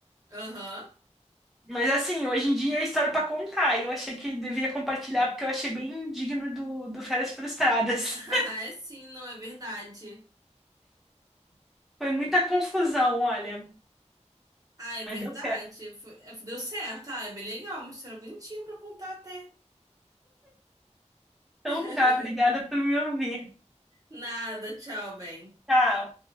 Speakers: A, on the right; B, in the centre.
A: Aham. <laughs>
B: Mas assim, hoje em dia é história pra contar. e Eu achei que devia compartilhar porque eu achei bem digno do, do Férias Frustradas.
A: Ah, é sim, não, é verdade.
B: <laughs> Foi muita confusão, olha.
A: Ah, é verdade.
B: Mas deu certo.
A: Foi- é, Deu certo. Ah, é bem legal. Uma história bonitinha pra contar até.
B: Então
A: <laughs>
B: tá, obrigada por me ouvir.
A: Nada, tchau, bem.
B: Tchau.